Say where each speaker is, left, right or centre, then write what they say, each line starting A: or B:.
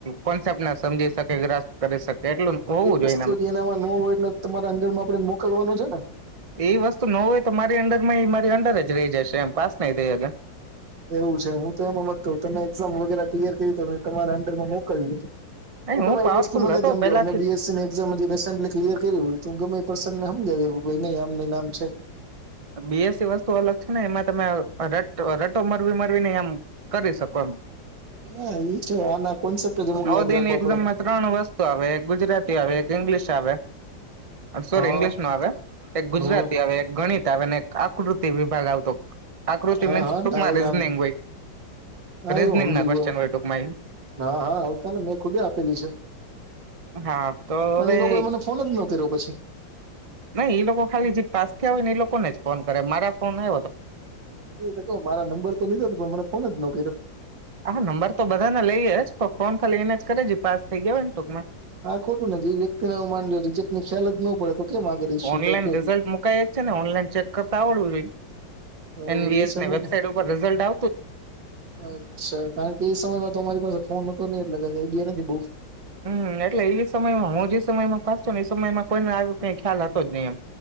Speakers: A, on the right; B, on the right.
A: કોસેપ્ટ ના સમજી શકે, ગ્રાસ કરી શકે. એટલું હોવું
B: એ વસ્તુ
A: જોઈએ
B: જે એનામાં ન હોય એટલે તમારા અંંદરમાં આપણે મોકલવાનો છે ને
A: એ વસ્તુ ન હોય તો મારી અંંદર માં એ મારી અંદર જ રહી જશે, એમ પાસ નહી થઈ અકે
B: એવું છે, હું તો એમ હમજ તો કે તમે એક્ઝામ વગેરે ક્લિયર કરી મે તમારા અંડરમાં મોકલી એ
A: નહી
B: તમે
A: હું
B: એક
A: પાવરફુલ
B: વસ્તુ મને
A: હતો
B: સમજાવ
A: પેલાથી
B: મેં બીએસસીની એક્ઝામ હજી રિસેન્ટલી ક્લિયર કર્યું તો ગમે ઈ પરસન ને <inaudible> નઈ આમની આમ છે.
A: બી એસી વસ્તુ અલગ છે ને એમાં તમે રટ રટો મરવી મરવીને એમ કરી શકો પણ
B: હા એ છે આના કોન્સેપ્ટ જ અમુક
A: <unintelligible> નવોદયની
B: યાદ રાખવા
A: એઝામમાં
B: પડે
A: ત્રણ વસ્તુ આવે એક ગુજરાત ગુજરાતી આવે, એક ઇંગ્લિશ આવે, સોરી
B: હા
A: ઇંગ્લિશ નો આવે, ગુજરાતી
B: હમ
A: આવે, એક ગણિત એક આકૃતિ વિભાગ આવતો. આકૃતિ
B: હા,
A: મીન્સ
B: હા
A: ટૂંકમાં
B: ટાયગ્રામ
A: રીઝનિંગ હોય
B: હ,
A: રીઝનિંગ
B: એું સમજી
A: ના ક્વેશ્ચન
B: ગયો,
A: હોય ટૂંકમાં ઈ.
B: હા હા આવતા ને મેં ખુદે આપેલી છે.
A: હા તો
B: પણ
A: હવે
B: એ લોકોએ મને ફોન જ ન કર્યો, પછી.
A: નઈ ઈ લોકો ખાલી જે પાસ હોય, ને એ લોકોને જ ફોન કરે મારા ફોન એ
B: એ તો કહ, મારા નંબર તો લીધો હતો પણ મને ફોન જ ન કર્યો.
A: હા, નંબર તો બધા ને લઈએે જ પણ ફોન ખાલી એને જ કરે છે, પાસ થઈ ગયો હોય ને ટૂકમા
B: હા, ખોટું ને જે વ્યક્તિને હ માન રીજક ની ખ્યાલ જ ન પડે તો કેમ આગળ ઇસ્યુ
A: ઓનલાઈન
B: થાય કયો
A: રિઝલ્ટ મુકાય જ છેને, ઓનલાઈન ચેક કરતા આવડવું જોઈ.
B: એવું
A: એનવીએસને
B: એ સમય
A: વેબસાઇટ,
B: ને
A: ઉપર રિઝલ્ટ આપ
B: અચ્છા કારણ, કે એ સમયમાં તો અમારી પાસે ફોન ન એ લગાવું બે નથી, બઉ
A: હમ એટલે એ સમયમાં હુ, જે સમય માં ફચું ને એ સમયમાં કોઈને આવ કઈ, ખ્યાલ હતો જ નહીિ એમ